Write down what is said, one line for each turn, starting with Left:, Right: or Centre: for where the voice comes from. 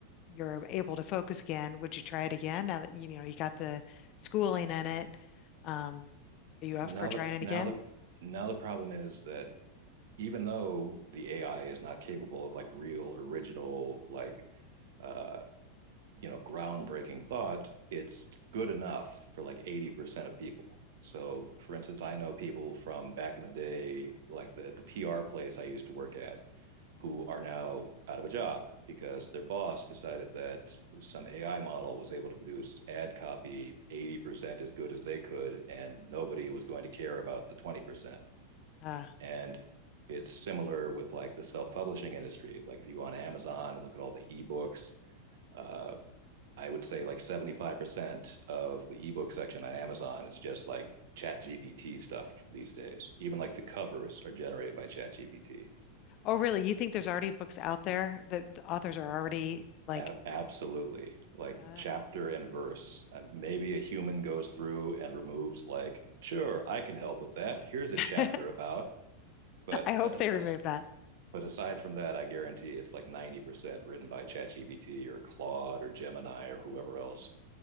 Left: you're able to focus again. Would you try it again now that you know you got the schooling in it? Um, are you up
Right: Well,
Left: for
Right: now
Left: trying
Right: the
Left: it
Right: now
Left: again?
Right: the now the problem is that even though the AI is not capable of like real original like uh, you know groundbreaking thought it's good enough for like 80% of people so for instance i know people from back in the day like the, the pr place i used to work at who are now out of a job because their boss decided that some ai model was able to produce ad copy 80% as good as they could and nobody was going to care about the 20%
Left: Uh,
Right: and it's similar with like the self-publishing industry like if you go on amazon and look at all the ebooks uh, I would say like 75% of the ebook section on Amazon is just like chat GPT stuff these days. Even like the covers are generated by chat GPT.
Left: oh, really? You think there's already books out there that the authors are already like?
Right: absolutely. Like
Left: Oh.
Right: chapter and verse. And maybe a human goes through and removes like, sure, I can help with that. Here's
Left: <laughs>
Right: a chapter about, but
Left: I hope
Right: uh,
Left: they remove
Right: uh,
Left: that.
Right: but aside from that, I guarantee it's like 90% written by ChatGPT or Claude or Gemini or whoever else.